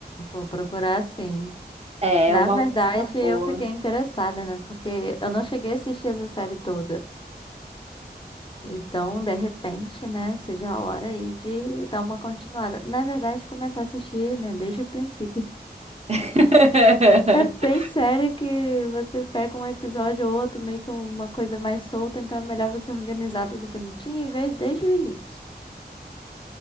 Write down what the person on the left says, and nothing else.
vou procurar sim.
Na
verdade,
eu
fiquei interessada, né? Porque eu não cheguei a assistir essa série toda. Então, de repente, né, seja a hora aí de dar uma continuada. Na verdade, começar a assistir, né, desde o princípio. <laughs>
É, tem série que você pega um episódio ou outro, meio que uma coisa mais solta, então é melhor você organizar tudo bonitinho e ver desde o início.